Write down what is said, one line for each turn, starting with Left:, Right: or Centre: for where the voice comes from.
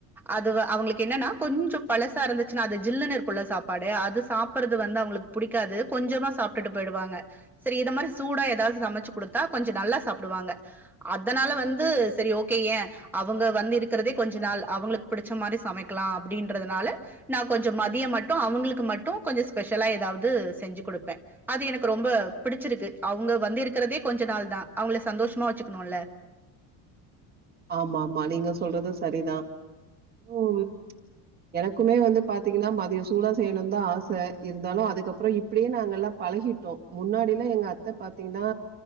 Centre: அது அவுங்களுக்கு என்னன்னா கொஞ்சோ பழசா இருந்துச்சுனா அது ஜில்லுனு இருக்குல்ல சாப்பாடு அது சாப்பற்றது வந்து அவுங்களுக்கு புடிக்காது கொஞ்சமா சாப்ட்டுட்டு போயிடுவாங்க சரி இது மாரி சூடா ஏதாவது சமச்சு குடுத்தா கொஞ்ச நல்லா சாப்டுவாங்க அதனால வந்து சரி ஓகே ஏ அவுங்க வந்து இருக்கறதே கொஞ்ச நாள் அவுங்களுக்கு புடிச்ச மாரி சமைக்கலா அப்டின்றதுனால நா கொஞ்சோ மதியம் மட்டு அவுங்களுக்கு மட்டு கொஞ்சோ ஸ்பெஷ்லா ஏதாவது செஞ்சு குடுப்பே அது எனக்கு ரொம்ப பிடிச்சுருக்கு அவுங்க வந்திருக்கிறதே கொஞ்ச நாள் தா அவுங்கள சந்தோஷமா வச்சுக்கணுல்ல
Right: ஆமா ஆமா நீங்க சொல்றது சரிதா ம் எனக்குமே வந்து பாத்தீங்கன்னா மதியோ சூடா செய்யணுன் தா ஆச இருந்தாலு அதுக்கப்பறோ இப்டியே நாங்க எல்லா பழகிட்டோ முன்னாடிலா எங்க அத்த பாத்தீங்ன்னா